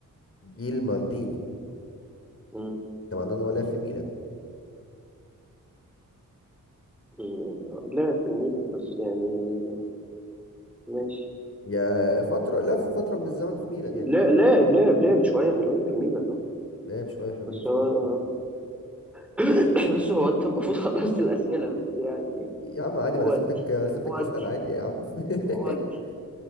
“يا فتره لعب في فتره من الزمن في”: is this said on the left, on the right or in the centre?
Left